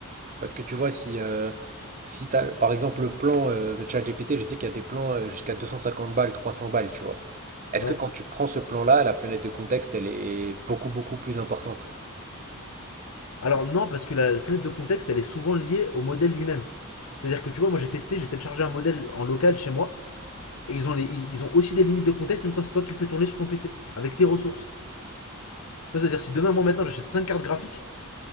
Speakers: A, on the right (about 35°); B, on the left (about 75°).
A: Parce que tu vois, si, euh, si t'as, par exemple, le plan euh, ChatGPT, je sais qu'il y a des plans euh, jusqu'à 250 balles, 300 balles, tu vois. Est-ce
B: Ouais.
A: que quand tu prends ce plan-là, la fenêtre de contexte, elle est beaucoup, beaucoup plus importante?
B: Alors non, parce que la fenêtre de contexte, elle est souvent liée au modèle lui-même. C'est-à-dire que tu vois, moi j'ai testé, j'ai téléchargé un modèle en local chez moi, et ils ont, les, ils ont aussi des limites de contexte, même quand c'est toi qui le fais tourner sur ton PC, avec tes ressources. Tu vois, c'est-à-dire si demain, moi maintenant, j'achète 5 cartes graphiques